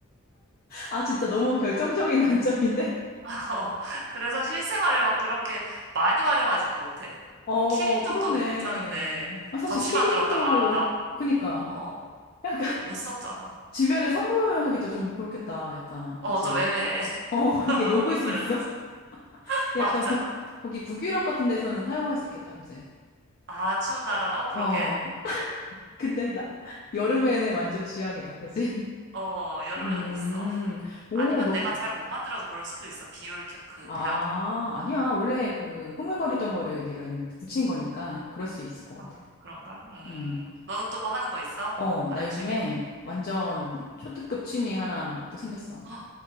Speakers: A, on the left (about 40°); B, on the right (about 55°).
A: 아, 진짜 너무 결정적인 단점인데?
B: <laughs> 그래서 실생활에 막 그렇게 많이 활용하진 못해.
A: <laughs> 어,
B: 뭐 키링
A: 그러네.
B: 정도는 괜찮은데
A: 아, 사실
B: 접시
A: 키링도,
B: 만들었다가 나
A: 그니까.
B: 어,
A: 야,
B: 못 썼잖아.
A: 주변에 선물하기도 좀 그렇겠다. 약간,
B: 어,
A: 그치?
B: 좀 애매해. <laughs>
A: 어, <laughs> 이게
B: 흐물거려져서.
A: 녹을 수 있어. <laughs>
B: <laughs> 맞아.
A: 약간 북, 거기 북유럽 같은 데서는 사용할 수 있겠다. 그치?
B: 아주 나란, 어, 그러게.
A: 어. 근데 나, 여름에는 완전 쥐약이다. 그치? <laughs>
B: 어, 여름에는
A: 음.
B: 못 써. <laughs>
A: 오,
B: 아니면
A: 너,
B: 내가 잘 못 만들어서 그럴 수도 있어. 비율, 겨- 그
A: 아,
B: 배합을.
A: 아니야. 원래 그 흐물거리던 거를 네가 이제 붙인 거니까 그럴 수 있을 것 같아.
B: 아, 그런가? 음.
A: 음.
B: 너는 또 뭐 하는 거 있어?
A: 어,
B: 다른
A: 나 요즘에
B: 취미?
A: 완전
B: 어, <gasps>
A: 초특급 취미 하나 또 생겼어.
B: 헉,